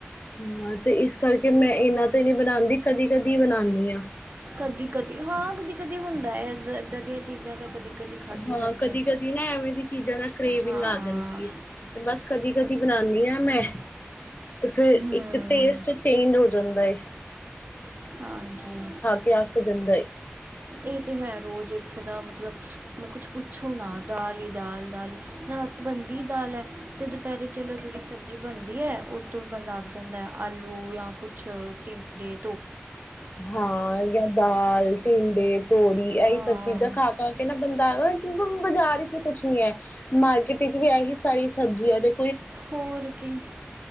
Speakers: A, on the left; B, on the right.
A: ਹਾਂ ਤੇ ਇਸ ਕਰਕੇ ਮੈਂ ਇਹਨਾ ਤੋਂ ਨੀ ਬਣਾਦੀ ਕਦੀ-ਕਦੀ ਬਣਾਨੀ ਆ,
B: ਕਦੀ-ਕਦੀ ਹਾਂ ਕਦੀ-ਕਦੀ ਹੁੰਦਾ ਏਦਾਂ ਦੀਆਂ ਚੀਜ਼ਾਂ ਤਾਂ ਕਦੀ, ਕਦੀ ਖਾਧੀ
A: ਹਾਂ
B: ਜਾਂਦੀਆਂ
A: ਕਦੀ-ਕਦੀ ਨਾ ਐਵੇਂ ਦੀ ਚੀਜ਼ਾਂ ਨਾਲ ਕਰੇਵਿੰਗ
B: ਹਾਂ
A: ਆ ਜਾਂਦੀ ਹੈ ਤੇ ਬਸ ਕਦੀ-ਕਦੀ, ਦੀ ਬਣਾਦੀ ਹਾਂ ਮੈਂ, ਤੇ ਫੇਰ
B: ਹੂੰ
A: ਇੱਕ ਟੇਸਟ ਚੇਂਜ ਹੋ ਜਾਂਦਾ ਐ।
B: ਹਾਂਜੀ
A: ਕੇ ਅੱਕ ਜਾਂਦਾ ਏ।
B: ਇਹ ਤੇ ਹੈ ਰੋਜ਼ ਇੱਥੇ ਦਾ ਮਤਲਬ ਮੈਂ ਕੁਛ ਪੁੱਛੋ ਨਾ ਦਾਲ ਹੀ ਦਾਲ ਦਾਲ ਹੀ ਰਾਤ ਬਣਦੀ ਦਾਲ ਹੈ ਤੇ ਦੁਪਹਿਰੇ ਚਲੋ ਜਿਹੜੀ ਸਬਜ਼ੀ ਬਣਦੀ ਹੈ ਉਹ ਤੋਂ ਬੰਦਾ ਅੱ ਜਾਂਦਾ ਆਲੂ ਜਾਂ ਕੁਛ ਟੀਂਡੇ
A: ਹਾਂ, ਜਾਂ ਦਾਲ ਟਿਡੇ ਤੋਰੀ ਇਹੀ
B: ਹਾਂ
A: ਸਭ ਚੀਜ਼ਾਂ ਖਾ-ਖਾ ਕੇ ਨਾ ਬੰਦਾ, ਬਾਜ਼ਾਰ ਵਿਚ ਵੀ ਕੁਛ ਨੀ ਹੈ ਮਾਰਕੀਟ ਵਿਚ ਵੀ ਇਹੀ ਸਾਰੀ ਸਬਜ਼ੀਆਂ ਦੇ
B: ਹੋਰ ਕੀ